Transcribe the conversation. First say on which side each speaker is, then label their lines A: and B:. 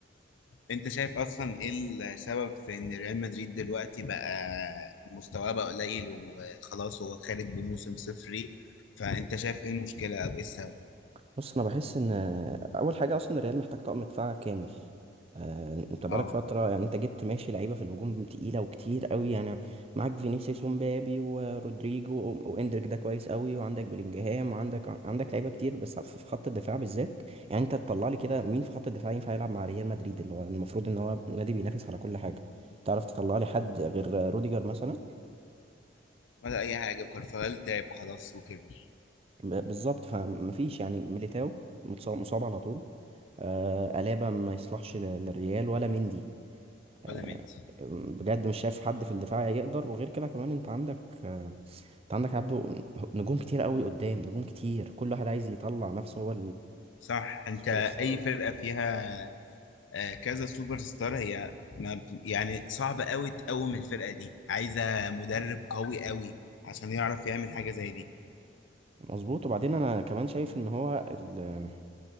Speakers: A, on the left (about 80°); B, on the right (about 30°).
A: انت شايف اصلا ايه السبب في ان ريال مدريد دلوقتي بقى مستواه بقى قليل وخلاص هو خارج بموسم صفري فانت شايف ايه المشكلة او ايه السبب
B: بص انا بحس ان اول حاجه اصلا الريال محتاج طقم دفاع كامل آه، انت بقالك
A: اه
B: فتره يعني انت جبت ماشي لعيبه في الهجوم تقيله وكتير قوي يعني معاك فينيسيوس ومبابي ورودريجو و- واندريك ده كويس قوي وعندك بلينجهام وعندك عندك لعيبه كتير بس في في خط الدفاع بالذات يعني انت تطلع لي كده مين في خط الدفاع ينفع يلعب مع ريال مدريد اللي هو المفروض ان هو نادي بينافس على كل حاجه تعرف تطلع لي حد غير روديجر مثلا
A: ولا اي حاجة كارفاغال تعب خلاص وكبر
B: ب- بالظبط فمفيش يعني ميليتاو متصاب مصاب على طول آه ألابا ما يصلحش ل- للريال ولا مندي آه
A: ولا مندي
B: بجد مش شايف حد في الدفاع يقدر وغير كده كمان انت عندك آه انت عندك عبده نجوم كتير قوي قدام نجوم كتير كل واحد عايز يطلع نفسه هو
A: صح انت
B: السوبر ستار
A: اي فرقة فيها آه، كذا سوبر ستار هي ما ب- يعني صعب قوي تقوم الفرقة دي عايزة مدرب قوي قوي عشان يعرف يعمل حاجة زي دي
B: مظبوط وبعدين انا كمان شايف ان هو ال-